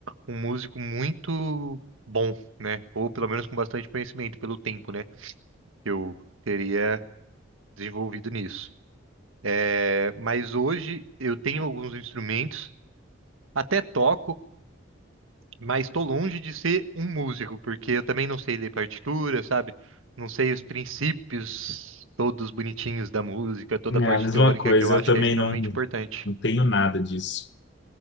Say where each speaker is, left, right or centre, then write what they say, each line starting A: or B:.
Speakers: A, on the right; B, on the left.
A: um músico muito bom, né? Ou pelo menos com bastante conhecimento pelo tempo, né? que eu teria desenvolvido nisso. É, mas hoje eu tenho alguns instrumentos, até toco, mas estou longe de ser um músico, porque eu também não sei ler partitura, sabe? Não sei os princípios todos bonitinhos da música, toda
B: É
A: a parte
B: a mesma
A: teórica
B: coisa,
A: que eu acho
B: eu também
A: que é extremamente
B: não,
A: importante.
B: não tenho nada disso.